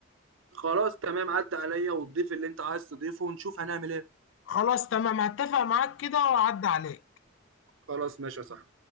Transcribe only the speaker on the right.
خلاص تمام عدى عليا وتضيف اللي انت عايز تضيفه ونشوف هنعمل ايه
خلاص ماشي صح